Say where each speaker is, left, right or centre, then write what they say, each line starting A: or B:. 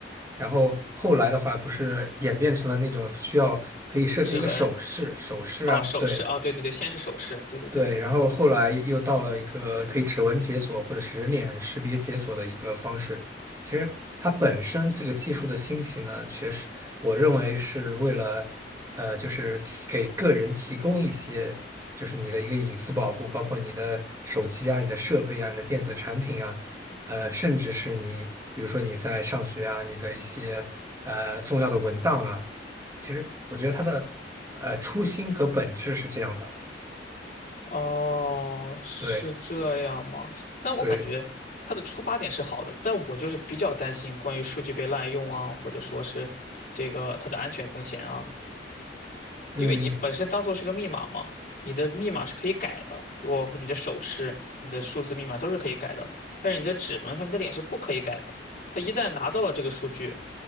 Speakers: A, on the right; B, on the left.
A: 然后后来的话，不是演变成了那种需要可以设置一个手势，
B: 指纹，
A: 手势啊，
B: 哦，手势，
A: 对，
B: 啊，对对对，先是手势，对对对，
A: 对，然后后来又到了一个可以指纹解锁或者是人脸识别解锁的一个方式。其实它本身这个技术的兴起呢，确实我认为是为了，呃，就是提给个人提供一些，就是你的一个隐私保护，包括你的手机啊、你的设备啊、你的电子产品啊，呃，甚至是你，比如说你在上学啊，你的一些呃重要的文档啊，其实我觉得它的呃初心和本质是这样的，
B: 哦，是这样吗？
A: 对。
B: 那我感觉它的出发点是好的，
A: 对，
B: 但我就是比较担心关于数据被滥用啊，或者说是这个它的安全风险啊。
A: 嗯，
B: 因为你本身当做是个密码嘛，你的密码是可以改的。如果你的手势、你的数字密码都是可以改的，但是你的指纹和你的脸是不可以改的。他一旦拿到了这个数据，